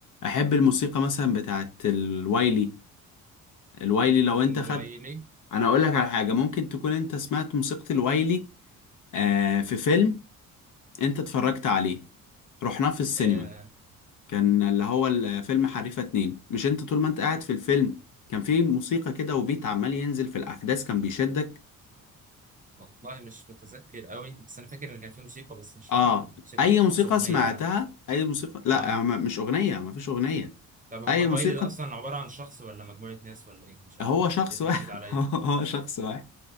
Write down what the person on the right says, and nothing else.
الوايلي
آه
والله مش متذكر قوي بس انا فاكر ان كان في موسيقى بس مش فاكر
الموسيقى
تخص
اغنيه
يعني
اه
طب هو
الوايلي
ده اصلا عباره عن شخص ولا مجموعه ناس ولا ايه مش عارف
اسم
جديد عليا